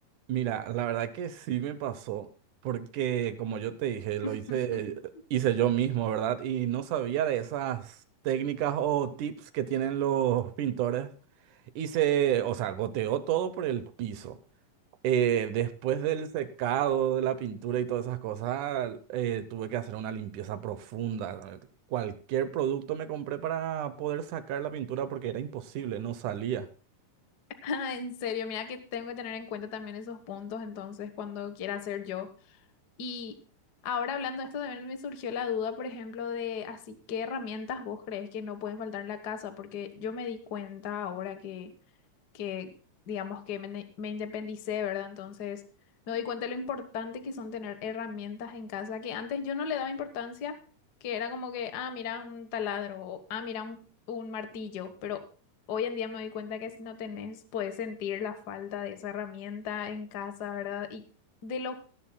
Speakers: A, on the right; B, on the left.
A: Mira, la verdad que sí me pasó, porque como yo te dije, lo
B: <laughs>
A: hice, hice yo mismo, ¿verdad? Y no sabía de esas técnicas o tips que tienen los pintores. Hice, o sea, goteó todo por el piso. Eh, después del secado de la pintura y todas esas cosas, eh, tuve que hacer una limpieza profunda. Cualquier producto me compré para poder sacar la pintura porque era imposible, no salía.
B: Ah, en serio, mira que tengo que tener en cuenta también esos puntos entonces cuando quiera hacer yo. Y ahora hablando de esto, también me surgió la duda, por ejemplo, de así, ¿qué herramientas vos crees que no pueden faltar en la casa? Porque yo me di cuenta ahora que, que digamos que me, ne- me independicé, ¿verdad? Entonces, me doy cuenta de lo importante que son tener herramientas en casa, que antes yo no le daba importancia, que era como que, ah, mira, un taladro, o ah, mira, un, un martillo, pero hoy en día me doy cuenta que si no tenés, puedes sentir la falta de esa herramienta en casa, ¿verdad? Y de lo